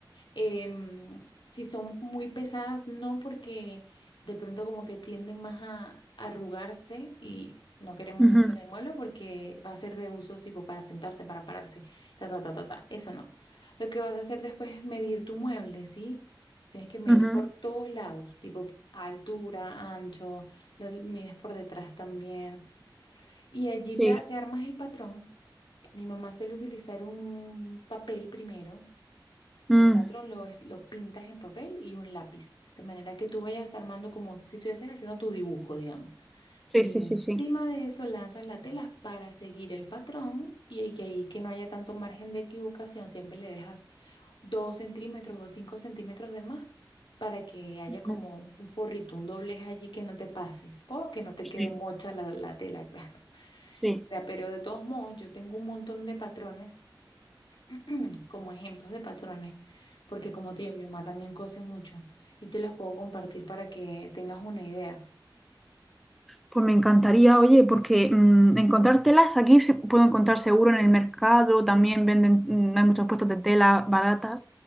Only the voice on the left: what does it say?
Em, si son muy pesadas, no porque de pronto como que tienden más a arrugarse y no queremos
eso en el mueble porque va a ser de uso tipo para sentarse, para pararse, ta, ta, ta, ta, ta. Eso no. Lo que vas a hacer después es medir tu mueble, ¿sí? Tienes que medir
por todos lados, tipo altura, ancho, lo mides por detrás también. Y allí
te, te armas el patrón. Mi mamá suele utilizar un papel primero
el patrón lo, es- lo pintas en papel y un lápiz, de manera que tú vayas armando como si estuvieses haciendo tu dibujo, digamos. Y
encima
de eso lanzas la tela para seguir el patrón y, y ahí que no haya tanto margen de equivocación, siempre le dejas dos centímetros o cinco centímetros de más para que haya
como un forrito, un doblez allí que no te pases o que no te
quede mocha la, la tela, <laughs> claro.
O sea, pero de todos modos, yo tengo un montón de patrones <clears throat> como ejemplos de patrones, porque como te digo, mi mamá también cose mucho y te los puedo compartir para que tengas una idea.